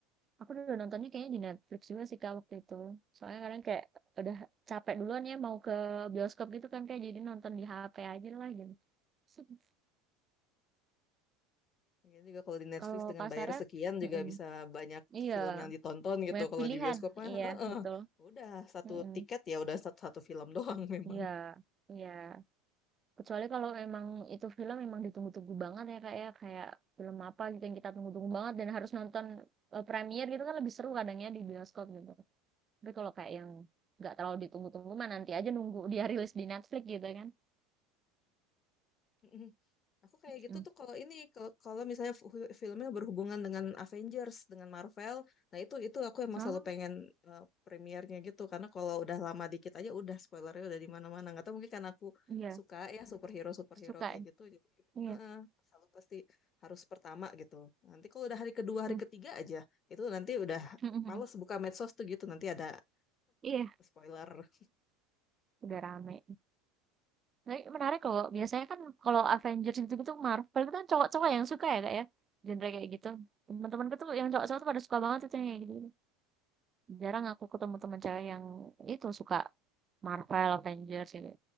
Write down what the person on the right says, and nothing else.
Aku udah nontonnya kayaknya di Netflix juga sih, Kak, waktu itu. Soalnya kadang kayak udah capek duluan ya mau ke bioskop gitu kan, kayak jadi nonton di HP aja lah gitu. <laughs>
Kalau
Kak
Sarah
mhm,
iya,
banyak
pilihan,
iya
betul,
mhm,
iya, iya. Kecuali kalau memang itu film memang ditunggu-tunggu banget ya, Kak, ya, kayak film apa gitu yang kita tunggu-tunggu banget dan harus nonton, eee, premiere gitu kan lebih seru kadangnya di bioskop gitu. Tapi kalau kayak yang nggak terlalu ditunggu-tunggu mah nanti aja nunggu dia <laughs> rilis di Netflix gitu kan.
Mhm.
Oh,
iya,
suka
ya?
Iya,
mmm,
<laughs>
Iya,
udah rame. Tapi menarik loh, biasanya kan kalau Avengers gitu-gitu, Marvel itu kan cowok-cowok yang suka ya, Kak, ya, genre kayak gitu. teman-teman temenku tuh yang cowok-cowok tuh pada suka banget tuh yang kayak gitu Jarang aku ketemu teman cewek yang itu suka Marvel, Avengers gitu.